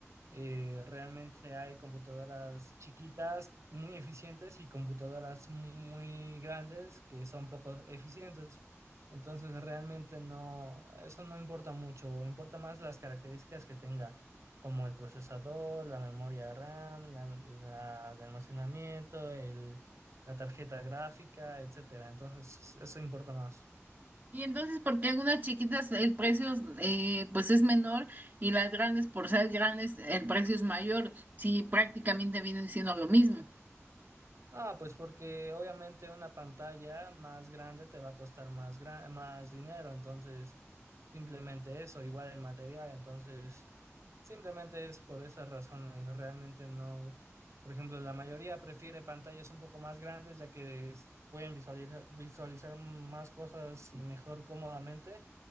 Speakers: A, on the right; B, on the right.
A: Eh, realmente hay computadoras chiquitas, muy eficientes, y computadoras muy grandes que son poco eficientes. Entonces, realmente no, eso no importa mucho, importa más las características que tenga, como el procesador, la memoria RAM, la, la de almacenamiento, el, la tarjeta gráfica, etcétera. Entonces, eso importa más.
B: Y entonces, ¿por qué algunas chiquitas el precio eh, pues es menor y las grandes, por ser grandes, el precio es mayor? Si prácticamente vienen siendo lo mismo.
A: Ah, pues porque obviamente una pantalla más grande te va a costar más, gra- más dinero, entonces simplemente eso, igual el material, entonces simplemente es por esas razones, realmente no, por ejemplo, la mayoría prefiere pantallas un poco más grandes ya que es- pueden visualizar, visualizar más cosas y mejor cómodamente,